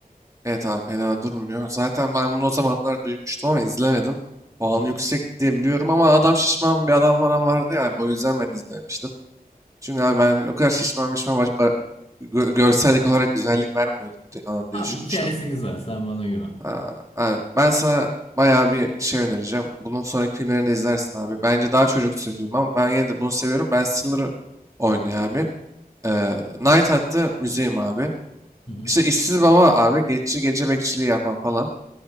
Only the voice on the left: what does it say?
Hı hı.
Abi
hikayesi güzel sen bana güven.
Hı hı.